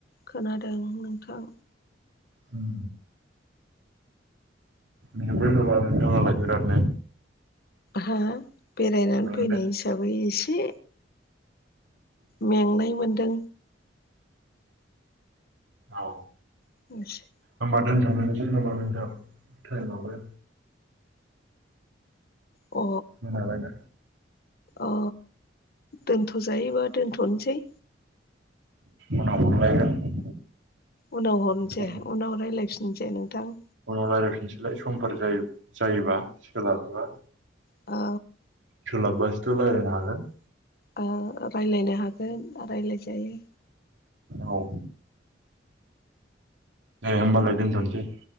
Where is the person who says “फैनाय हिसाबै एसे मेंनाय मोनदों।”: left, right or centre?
Left